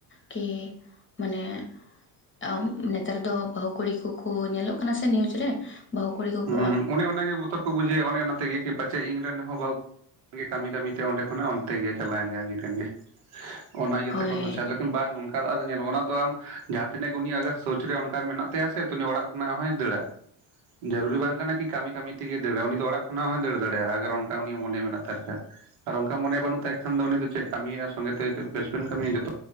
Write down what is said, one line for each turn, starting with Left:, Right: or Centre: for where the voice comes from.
Left: ᱠᱤ ᱢᱟᱱᱮ᱾ ᱟᱵ ᱱᱮᱛᱟᱨ ᱫᱚ ᱵᱟᱹᱦᱩ ᱠᱩᱲᱤ ᱠᱚᱠᱚ ᱧᱮᱞᱚᱜ ᱠᱟᱱᱟ ᱥᱮ ᱱᱤᱭᱩᱡᱽ ᱨᱮ ᱵᱟᱹᱦᱩ ᱠᱩᱲᱤ ᱠᱚ᱾
Right: ᱦᱩᱸ ᱚᱱᱮ ᱚᱱᱟᱜᱮ ᱵᱚᱛᱚᱨ ᱠᱚ ᱵᱩᱡᱷᱟᱹᱭᱟ ᱚᱱᱮ ᱚᱱᱟ ᱛᱮᱜᱮ ᱠᱤ᱾ ᱯᱟᱪᱮᱫ ᱤᱧᱨᱮᱱ ᱦᱚᱸ ᱵᱟᱦᱩ ᱠᱩᱲᱤ ᱠᱟᱹᱢᱤ ᱠᱟᱹᱢᱤ ᱛᱮ ᱚᱸᱰᱮ ᱠᱷᱚᱱᱟᱜ ᱚᱱᱛᱮ ᱜᱮ ᱪᱟᱞᱟᱣᱮᱱ ᱜᱮ ᱟᱹᱜᱤᱨᱮᱱ ᱜᱮ᱾ ᱚᱱᱟ ᱤᱭᱟᱹ
Left: ᱦᱳᱭ
Right: ᱛᱮᱠᱚ ᱥᱚᱪᱟᱞᱮᱫ᱾ ᱵᱟᱝ ᱚᱱᱠᱟ ᱫᱚ ᱟᱫᱚ ᱧᱮᱞᱢᱮ ᱚᱱᱟ ᱫᱚ ᱟᱢ ᱡᱟᱦᱟᱸ ᱛᱤᱱᱟᱹᱜ ᱜᱮ ᱩᱱᱤ ᱟᱜᱟᱨ ᱥᱳᱪ ᱨᱮ ᱚᱱᱠᱟ ᱢᱮᱱᱟᱜ ᱛᱟᱭᱟ ᱥᱮ ᱩᱱᱤ ᱚᱲᱟᱜ᱾ ᱠᱷᱚᱱᱟᱜ ᱦᱚᱸᱭ ᱫᱟᱹᱲᱟ ᱡᱟᱹᱨᱩᱨᱤ ᱵᱟᱝ ᱠᱟᱱᱟ ᱡᱮᱼᱼ ᱠᱤ ᱠᱟᱹᱢᱤ ᱠᱟᱹᱢᱤ ᱛᱮᱜᱮ ᱫᱟᱹᱲᱟ ᱩᱱᱤ ᱫᱚ ᱚᱲᱟᱜ ᱠᱷᱚᱱᱟᱜ ᱦᱚᱸᱭ ᱫᱟᱹᱲ ᱫᱟᱲᱭᱟᱜᱼᱟ ᱟᱜᱟᱨ ᱚᱱᱠᱟ ᱩᱱᱤᱭᱟᱜ ᱢᱚᱱᱮ ᱢᱮᱱᱟᱜ ᱛᱟᱭ ᱠᱷᱟᱱ᱾ ᱟᱨ ᱚᱱᱠᱟ ᱢᱚᱱᱮ ᱵᱟᱹᱱᱩᱜ ᱛᱟᱭ ᱠᱷᱟᱱ ᱫᱚ ᱩᱱᱤ ᱫᱚ ᱪᱮᱜ ᱠᱟᱢᱤᱭᱟ ᱥᱚᱸᱜᱮᱛᱮ ᱵᱮᱥᱵᱮᱱ ᱠᱟᱢᱤᱭᱟ ᱡᱚᱛᱚ᱾